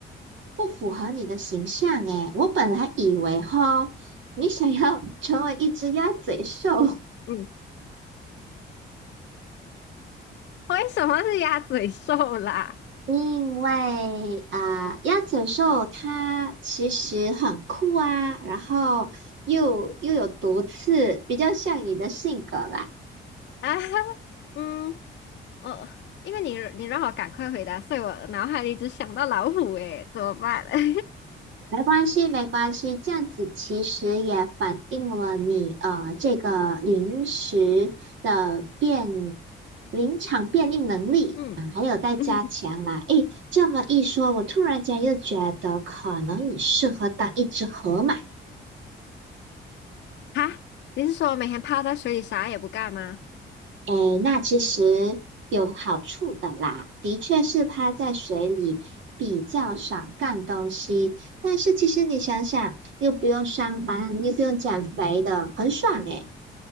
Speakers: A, on the right; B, on the left.
A: 不符合你的形象诶，我本来以为哈，你想要 <laughs> 成为一只鸭嘴兽，
B: 嗯，为什么是鸭嘴兽啦？
A: <laughs> 因为啊、呃鸭嘴兽它其实很酷啊，然后又又有毒刺，比较像你的性格啦。
B: <laughs> 啊，嗯。呃，因为你你让我赶快回答，所以我脑海里只想到老虎，诶，怎么办？<laughs>
A: 没关系，没关系，这样子其实也反映了你呃这个临时的变临场变应能力啊，
B: 嗯，
A: 还有待加强啦。
B: 嗯，
A: 诶，这么一说，我突然间又觉得可能你适合当一只河马。
B: 哈，你是说我每天泡在水里啥也不干吗？
A: 诶，那其实有好处的啦，的确是趴在水里比较少干东西，但是其实你想想，又不用上班，又不用减肥的，很爽诶。